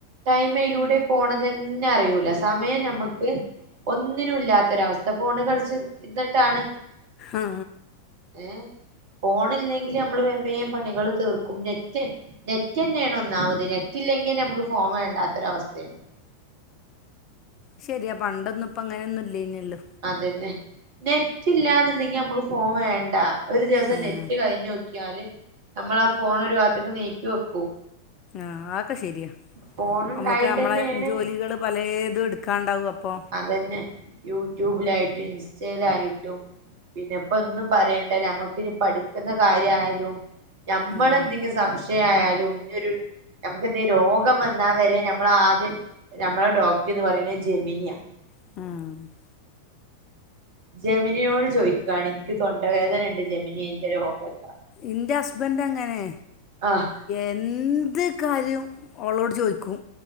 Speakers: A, on the right; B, on the left.
A: ടൈമയിലൂടെ പോണ് ഇതന്നെ അറിയൂല സമയം നമ്മക്ക് ഒന്നിനുംല്ലാത്തൊരവസ്ഥ ഫോണ് കളിച്ച് ഇന്നിട്ടാണ്.
B: ആഹാ
A: ഏ ഫോണ് ഇല്യങ്കിൽ നമ്മള് വേ വേം പണികൾ തീർക്കും നെറ്റ് നെറ്റ്ന്നെയാണ് ഒന്നാമത് നെറ്റ് ഇല്ലെങ്കിൽ നമുക്ക് ഫോം വേണ്ടാത്തരവസ്ഥയാണ്
B: ശെരിയാ പണ്ടൊന്നും ഇപ്പം അങ്ങനെയൊന്നും ഇല്ലെനല്ലോ
A: അതന്നെ നെറ്റ് ഇല്ലന്ന്ണ്ടെങ്കി നമുക്ക് ഫോം വേണ്ട ഒരു ദിവസം
B: ഉം
A: നെറ്റ് കഴിഞ്ഞു നോക്കി ഞാല് നമ്മളാ ആ ഫോൺ ഒരു ഭാഗത്തേക്ക് നീക്കി വെക്കൂം
B: ആഹാ ഒക്കെ ശെരിയാ
A: ഫോൺ ഉണ്ടായിട്ട്
B: നമുക്ക് നമ്മളെ
A: തന്നെയാണ്
B: ജോലികള് പലേതും ട്ക്കാണ്ടാാവും അപ്പോ
A: തന്നെ യൂട്യൂബിലായിട്ടും ഇൻസ്റ്റയിലായിട്ടും പിന്നെപ്പൊ ഒന്നും പറയണ്ട നമ്മക്ക്നി പഠിക്കുന്ന കാര്യയാലും നമ്മളെന്തെങ്കിലും
B: ഉം
A: സംശയയാലും ഇന്നിരു നമുക്ക്ന്തെ രോഗംവന്നാവരെ നമ്മളാദ്യം നമ്മളെ ഡോക്ടർന്ന് പറയണ് ജമിനിയ
B: ആഹാ
A: ജമിനോട് ചോയ്കാണ് ഇൻക് തൊണ്ടവേദനണ്ട് ജമിനി ഇന്റെ രോഗഎന്താ
B: ഇന്റെ ഹസ്ബൻറ് അങ്ങനെ
A: ആഹ്
B: എന്ത് കാര്യം ഓളോട് ചോയിക്കും.